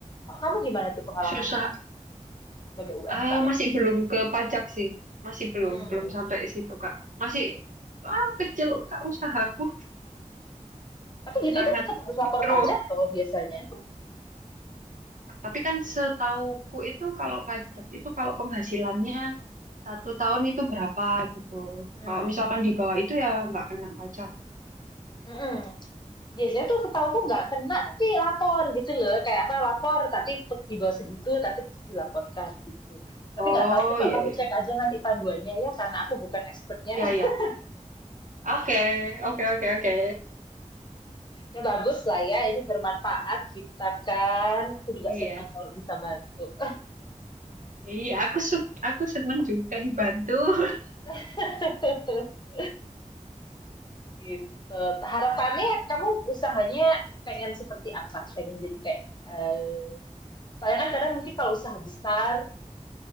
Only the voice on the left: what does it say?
Kalau Kamu gimana tuh pengalamannya
sebagai UMKM?
Hmm.
Tapi gitu
tuh tetap harus lapor
pajak loh biasanya.
Hmm.
Mm-mm. Biasanya tuh setahuku nggak
kena, tapi lapor gitu loh. Kayak apa, lapor tapi tetep di bawah segitu, tapi tetap dilaporkan gitu. Tapi
nggak tahu, coba
kamu
cek aja nanti panduannya ya, karena aku bukan expertnya.
<laughs>
Ya bagus lah ya, ini bermanfaat kita kan. Aku juga
senang kalau bisa bantu.
<laughs> Gitu. Harapannya kamu usahanya pengen seperti apa? Pengen jadi kayak eh soalnya kan kadang mungkin kalau usaha besar